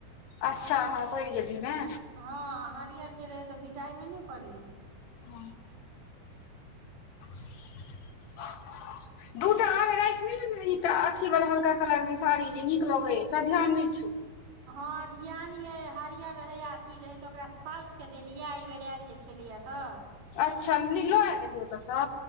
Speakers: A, on the left (about 70°); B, on the right (about 75°).
A: अच्छा हँ पर गेलीये न
B: हँ हरिअर जे रहै तऽ विदाइमे नहि पड़लै
A: ह <inaudible> दूटा आर राखि नहि रही अथी वाला हल्का कलर मे साड़ी जे नीक लगैय तोरा ध्यान नहि छौ
B: हँ ध्यान यै हरियर रहै अथी रहै तऽ ओकरा सासुके देलियै एहिबर आयल जे छै एलेए तऽ
A: अच्छा निलो आयल रहै ओतसँ